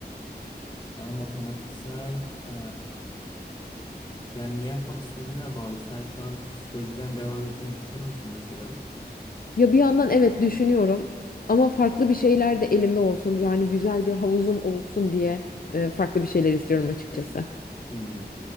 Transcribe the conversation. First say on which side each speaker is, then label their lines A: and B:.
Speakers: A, on the left; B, on the left.
A: Daha matematiksel e, yani ne yapmak istediğine bağlı. Sen şu an psikolojiden devam etmeyi düşünüyor musun mesela?
B: Ya bir yandan evet düşünüyorum ama farklı bir şeyler de elimde olsun. Yani güzel bir havuzum olsun diye e, farklı bir şeyler istiyorum açıkçası.
A: Hı.